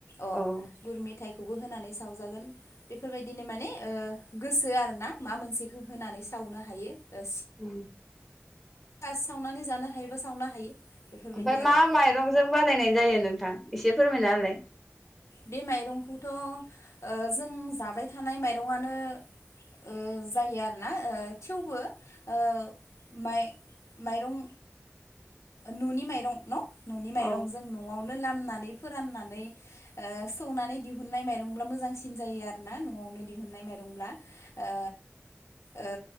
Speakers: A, on the left; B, in the centre.
A: अ
B: औ
A: गुर मेथाइ खौबो होनानै सावजागोन। बेफोरबायदिनो माने ओ गोसो आरो ना मा मोनसेखो होनानै सावनो हायो। ओ
B: ओं।
A: सावनानै जानो हायोबा सावनो हायो बेफोरबायदि
B: ओमफाय
A: आरो
B: मा माइरंजों बानायनाय जायो नोंथां एसे फोरमायना होलाय?
A: बे माइरंखौथ'ओ जों जाबाय थानाय माइरंआनो ओ जायो आरोना ओ थेवबो ओ माइ माइरं न'नि माइरं न न'नि माइरं
B: औ
A: जों न'आवनो लामनानै फोराननानै ओ सौनानै दिहुननाय माइरंब्ला मोजांसिन जायो आरोना नवावनो दिहुननाय माइरंब्ला ओ ओ